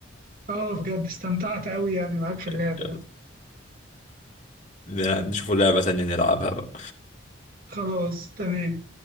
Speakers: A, on the right; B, on the left.
A: اه بجد استمتعت قوي يعني معاك في اللعب
B: <laughs>
A: ده
B: يلا، أه، نشوفوا لعبة تانية نلعبها بقى
A: خلاص تمام